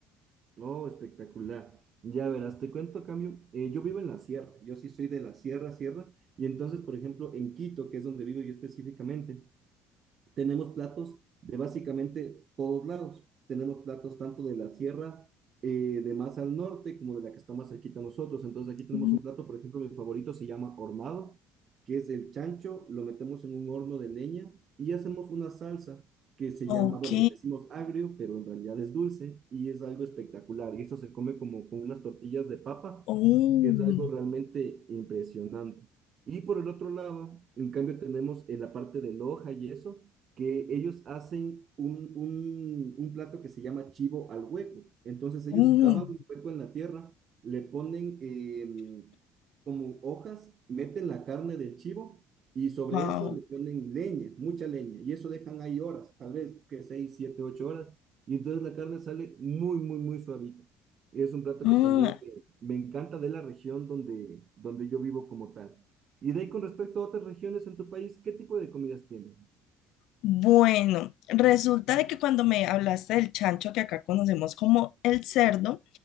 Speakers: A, on the right; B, on the left.
A: Oh, espectacular. Ya verás, te cuento, cambio. eh, yo vivo en la sierra. Yo sí soy de la sierra, sierra. Y entonces, por ejemplo, en Quito, que es donde vivo yo específicamente. tenemos platos de básicamente todos lados. Tenemos platos tanto de la sierra eh, de más al norte como de la que está más cerquita a nosotros. Entonces aquí tenemos
B: Mm.
A: un plato, por ejemplo, mi favorito se llama hornado, que es el chancho, lo metemos en un horno de leña y hacemos una salsa que se
B: Ok.
A: llama, bueno, le decimos agrio, pero en realidad es dulce y es algo espectacular. Y esto se come como con unas tortillas de papa,
B: Oh,
A: que es algo realmente impresionante. Y por el otro lado, en cambio, tenemos eh, la parte de loja y eso, que ellos hacen un, un, un plato que se llama chivo al hueco. Entonces ellos
B: oh,
A: cavan un hueco en la tierra, le ponen eh, como hojas, meten la carne del chivo y sobre
B: wow.
A: eso le ponen leña, mucha leña, y eso dejan ahí horas, tal vez que 6 7 8 horas, y entonces la carne sale muy, muy, muy suavita. Es un plato
B: Ah,
A: que también me, me encanta de la región donde, donde yo vivo como tal. Y de ahí con respecto a otras regiones en tu país, ¿qué tipo de comidas tienen?
B: Bueno, resulta de que cuando me hablaste del chancho, que acá conocemos como el cerdo,